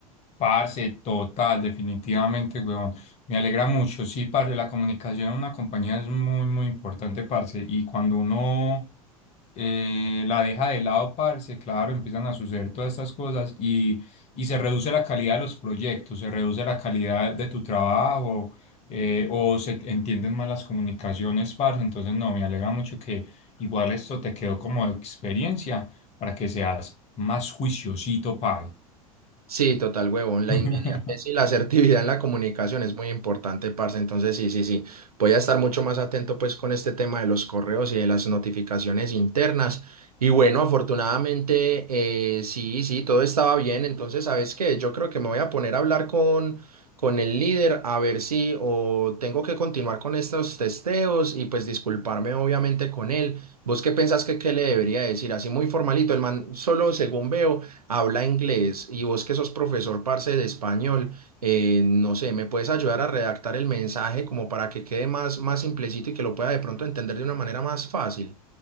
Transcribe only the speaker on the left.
Parce, total, definitivamente, weón. Me alegra mucho. Sí, parce, la comunicación en una compañía es muy, muy importante, parce. Y cuando uno eh, la deja de lado, parce, claro, empiezan a suceder todas estas cosas y, y se reduce la calidad de los proyectos, se reduce la calidad de tu trabajo eh, o se entienden mal las comunicaciones, parce. Entonces, no, me alegra mucho que igual esto te quedó como experiencia para que seas más juiciosito, pai.
<laughs>